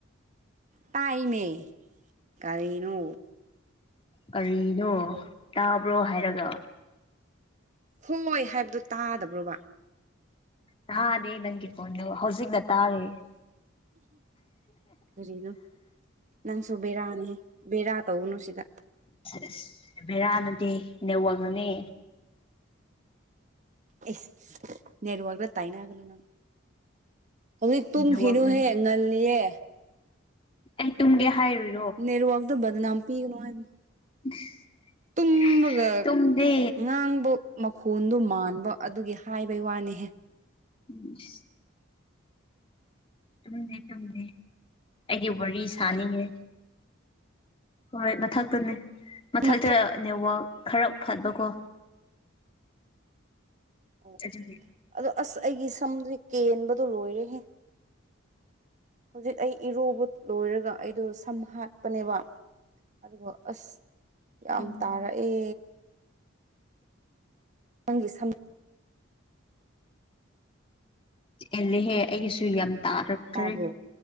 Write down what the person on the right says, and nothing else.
ꯇꯥꯏꯃꯤ ꯀꯔꯤꯅꯣ
ꯍꯨꯡꯉꯣꯏ ꯍꯥꯏꯕꯗꯨ ꯇꯥꯗꯕ꯭ꯔꯣꯕ
ꯀꯔꯤꯅꯣ ꯅꯪꯁꯨ ꯕꯦꯔꯥꯅꯦꯍꯦ ꯕꯦꯔꯥ ꯇꯧꯒꯅꯨ ꯁꯤꯗ
ꯑꯦꯁ ꯅꯦꯠꯋꯥꯛꯗ ꯇꯥꯏꯅꯒꯅꯨ ꯅꯪ ꯍꯧꯖꯤꯛ ꯇꯨꯝꯈꯤꯅꯨꯍꯦ
ꯉꯜꯂꯤꯌꯦ
ꯅꯦꯔꯋꯥꯛꯗꯨ ꯕꯗꯅꯥꯝ ꯄꯤꯒꯅꯣ ꯍꯥꯏꯕꯥꯅꯤ
ꯇꯨꯝꯃꯒ
ꯉꯥꯡꯕ ꯃꯈꯣꯟꯗꯨ ꯃꯥꯟꯕ ꯑꯗꯨꯒꯤ ꯍꯥꯏꯕꯩ ꯋꯥꯅꯦꯍꯦ
ꯃꯊꯛ
ꯑꯣ ꯑꯣ
ꯑꯗꯣ ꯑꯁ ꯑꯩꯒꯤ ꯁꯝꯖꯤ ꯀꯦꯟꯕꯗꯣ ꯂꯣꯏꯔꯦꯍꯦ ꯍꯧꯖꯤꯛ ꯑꯩ ꯏꯔꯨꯕꯨꯠ ꯂꯣꯏꯔꯒ ꯑꯩꯗꯣ ꯁꯝ ꯍꯥꯠ ꯄꯅꯦꯕ ꯑꯗꯨꯒ ꯑꯁ ꯌꯥꯝ
ꯇꯥꯔꯛꯑꯦ ꯅꯪꯒꯤ ꯁꯝ
ꯇꯥꯕ꯭ꯔꯣ